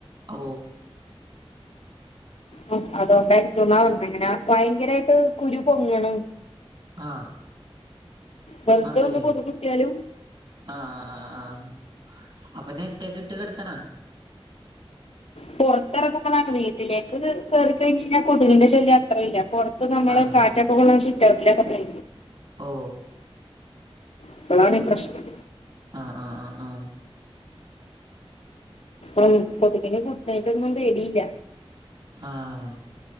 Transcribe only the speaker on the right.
ഓ
ആഹ്
അതെ
ല്ലേ
ആഹ ആഹ ആഹ അപ്പൊ നെറ്റ്ക്കെ ഇട്ട് കെടുത്തണോ
ആഹ്
ഓ
അ അ അ അ
ആഹ